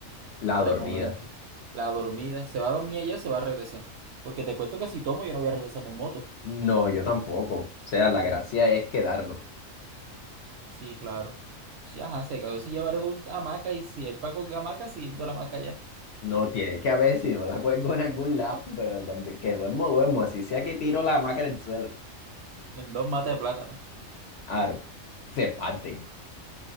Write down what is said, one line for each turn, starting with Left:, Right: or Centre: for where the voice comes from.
Left: La
Right: por
Left: dormida.
Right: el momento. La dormida, se va a dormir allá, se va a regresar. Porque te cuento que si tomo, yo no voy a regresarme en moto.
Left: No, yo tampoco. O sea, la gracia es quedarnos.
Right: Sí, claro. Sí, ajá, se cagó. Si llevaré un hamaca y si hay para con hamaca, sí, de la hamaca allá.
Left: No tiene que haber, si no la cuelgo en algún lado, <laughs> pero donde que duermo, duermo, así sea que tiro la hamaca en el suelo.
Right: En dos matas de plátano.
Left: Claro, se parten.